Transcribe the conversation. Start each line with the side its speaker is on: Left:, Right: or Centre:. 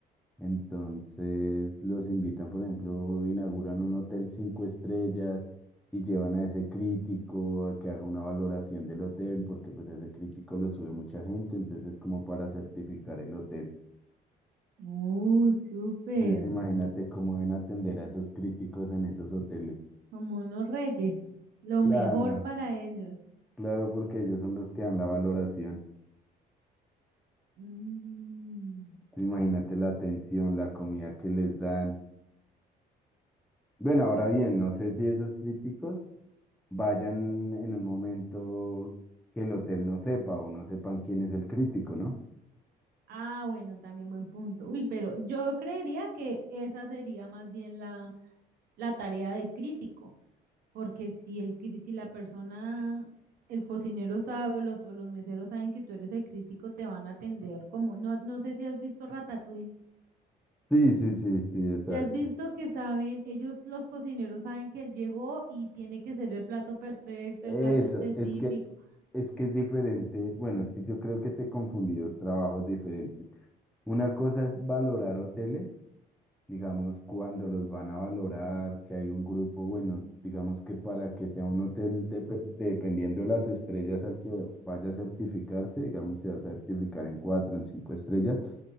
Centre: Entonces los invitan, por ejemplo, inauguran un hotel cinco estrellas y llevan a ese crítico a que haga una valoración del hotel, porque pues ese crítico lo sube mucha gente, entonces es como para certificar el hotel.
Right: Uh, súper,
Centre: Entonces imagínate cómo deben atender a esos críticos en esos hoteles.
Right: como unos reyes, lo
Centre: Claro,
Right: mejor para ellos.
Centre: claro, porque ellos son los que dan la valoración.
Right: Mm.
Centre: Imagínate la atención, la comida que les dan. Bueno, ahora bien, no sé si esos críticos vayan en un momento que el hotel no sepa o no sepan quién es el crítico, ¿no?
Right: Ah, bueno, también buen punto. Uy, pero yo creería que esa sería más bien la, la tarea del crítico, porque si el cri- si la persona, el cocinero sabe o los, o los meseros saben que tú eres el crítico, te van a atender como, no, no sé si has visto Ratatouille.
Centre: Sí, sí, sí, sí, exacto.
Right: ¿Te has visto que saben, ellos los cocineros saben que él llegó y tiene que ser el plato perfecto,
Centre: Eso,
Right: el plato específico?
Centre: es que es que es diferente. Bueno, es que yo creo que te confundí dos trabajos diferentes. Una cosa es valorar hoteles, digamos, cuando los van a valorar, que hay un grupo, bueno, digamos que para que sea un hotel, depe- dependiendo de las estrellas al que vaya a certificarse, digamos, se va a certificar en cuatro, en cinco estrellas